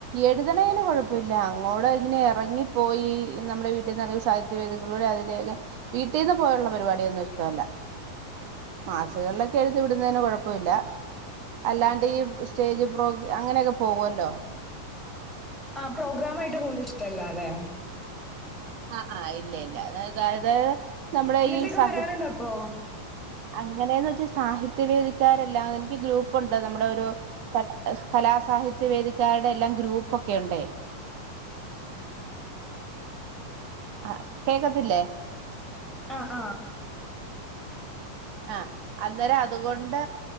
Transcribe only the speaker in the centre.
ആഹ് പ്രോഗ്രാാം ആയിട്ട് പോകുന്നത് ഇഷ്ടല്ല അല്ലെ?
ഇങ്ങത്തേക്ക
വരാറുണ്ടോ അപ്പൊ?
<inaudible>
ആഹ് ആഹ്